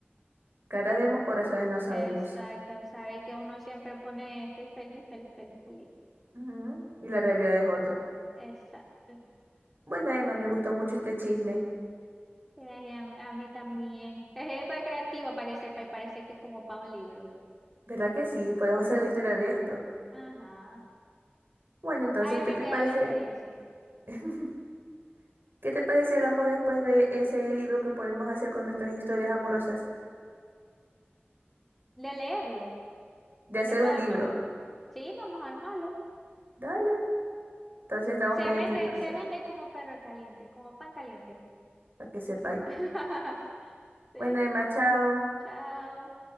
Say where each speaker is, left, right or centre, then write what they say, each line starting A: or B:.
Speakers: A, on the right; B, in the centre.
A: Caras vemos, corazones no sabemos.
B: Exacto, sabe que uno siempre pone estoy feliz, feliz, feliz, feliz.
A: Ujú. Y la realidad es otra.
B: Exacto.
A: Bueno, Emma, me gustó mucho este chisme.
B: Sí, a, mí a mí también. Es para creativo, para que sepa, y parece que es como para un libro.
A: ¿Verdad que sí? Podemos hacer una historia de esto.
B: Ajá.
A: Bueno, entonces,
B: Ahí
A: ¿qué
B: me
A: te
B: queda
A: parece?
B: la experiencia
A: <laughs> ¿Qué te parece si hablamos después de ese libro que podemos hacer con nuestras historias amorosas?
B: de leerlo,
A: De hacer
B: después
A: un
B: de
A: libro.
B: armarlo. Sí, vamos a armarlo.
A: Dale. Entonces estamos
B: Se
A: pendientes
B: vende,
A: entonces,
B: se vende como perro caliente, como pan caliente.
A: para que sepáis.
B: <laughs> Sí.
A: Bueno, Emma, chao.
B: Chao.